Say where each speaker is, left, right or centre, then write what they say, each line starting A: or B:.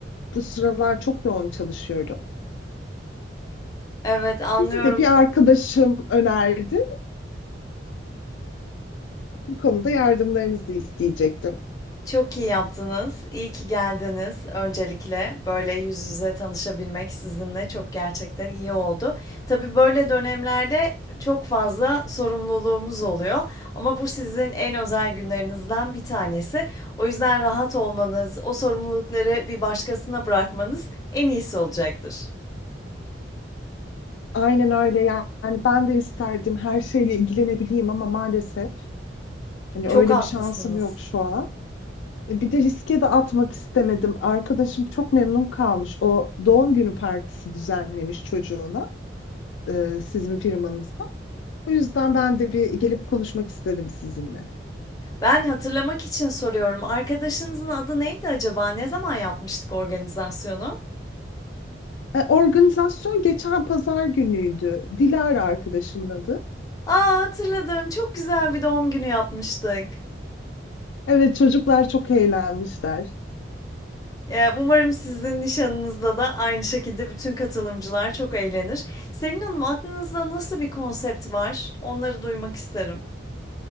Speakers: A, on the left; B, on the left.
A: Bu sıralar çok yoğun çalışıyorum.
B: Evet, anlıyorum.
A: Sizi de bir arkadaşım önerdi. Bu konuda yardımlarınızı isteyecektim.
B: çok iyi yaptınız. İyi ki geldiniz öncelikle. Böyle yüz yüze tanışabilmek sizinle çok gerçekten iyi oldu. Tabii böyle dönemlerde çok fazla sorumluluğumuz oluyor ama bu sizin en özel günlerinizden bir tanesi. O yüzden rahat olmanız, o sorumlulukları bir başkasına bırakmanız en iyisi olacaktır.
A: Aynen öyle yani ben de isterdim her şeyle ilgilenebileyim ama maalesef hani
B: Çok
A: öyle
B: haklısınız.
A: bir şansım yok şu an. E, Bir de riske de atmak istemedim. Arkadaşım çok memnun kalmış. O doğum günü partisi düzenlemiş çocuğuna e, sizin firmanızda. O yüzden ben de bir gelip konuşmak istedim sizinle.
B: Ben hatırlamak için soruyorum. Arkadaşınızın adı neydi acaba? Ne zaman yapmıştık organizasyonu?
A: E, organizasyon geçen pazar günüydü. Dilara arkadaşımın adı.
B: A, hatırladım. Çok güzel bir doğum günü yapmıştık.
A: Evet çocuklar çok eğlenmişler.
B: Eee, umarım sizin nişanınızda da aynı şekilde bütün katılımcılar çok eğlenir. Selin Hanım, aklınızda nasıl bir konsept var? Onları duymak isterim.